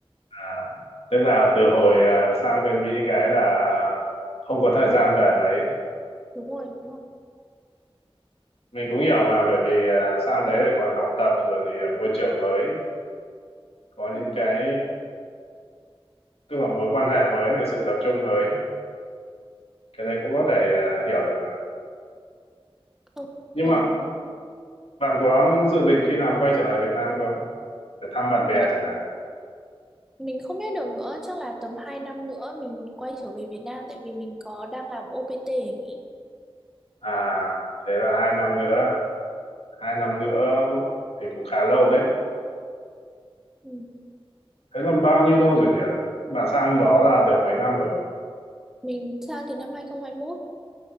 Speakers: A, on the left (about 80°); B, in the centre.
A: à, tức là từ hồi à, sang bên Mỹ cái là không có thời gian về mấy
B: Đúng rồi, đúng rồi.
A: mình cũng hiểu mà bởi vì à, sang đấy lại còn học tập rồi thì à, môi trường mới có
B: Ừ,
A: những cái tức là mối quan hệ mới này sự tập trung mới cái đấy cũng có thể à, hiểu được mà
B: không,
A: nhưng
B: ừ,
A: mà
B: đúng rồi.
A: Bạn có dự định khi nào quay trở lại Việt Nam không? Để thăm bạn bè
B: Mình
A: chẳng hạn.
B: mình không biết được nữa, chắc là tầm 2 năm nữa mình quay trở về Việt Nam tại vì mình có đang làm OPT ở Mỹ.
A: À, thế là hai năm nữa. Hai năm nữa thì cũng khá lâu đấy.
B: Ừ.
A: Thế là bao nhiêu lâu rồi nhỉ? Bạn sang đó là được mấy năm rồi?
B: Mình sang từ năm hai không hai mốt.